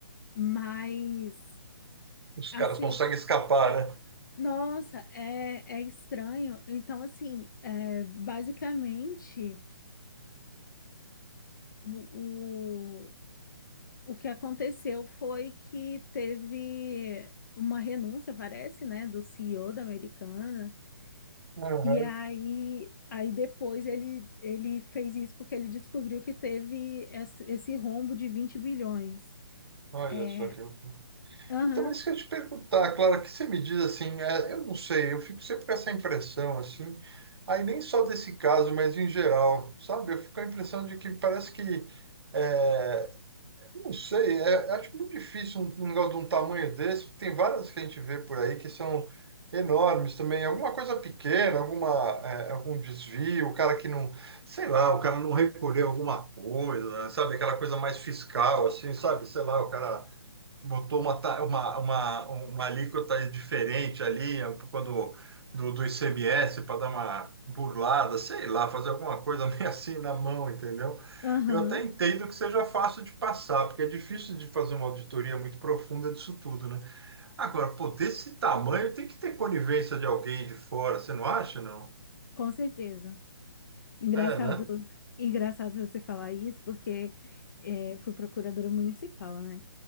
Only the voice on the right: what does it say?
Os
caras conseguem escapar, né?
Aham.
Olha
só que
Então, isso que eu ia te perguntar, Clara, o que você me diz assim, é, eu não sei, eu fico sempre com essa impressão assim, aí nem só desse caso, mas em geral, sabe? Eu fico com a impressão de que parece que, é, eu não sei, é, acho muito difícil um, um negócio de um tamanho desse, tem várias que a gente vê por aí que são enormes também, alguma coisa pequena, alguma, é, algum desvio, o cara que não, sei lá, o cara não recolheu alguma coisa, sabe? Aquela coisa mais fiscal, assim, sabe? Sei lá, o cara botou uma, ta- uma, uma, uma alíquota diferente ali, é um pouco do, do, do ICMS, para dar uma burlada, sei lá, fazer alguma coisa <laughs> meio assim na mão, entendeu?
Eu até entendo que seja fácil de passar, porque é difícil de fazer uma auditoria muito profunda disso tudo, né? Agora, pô, desse tamanho tem que ter conivência de alguém de fora, você não acha, não?
É, né?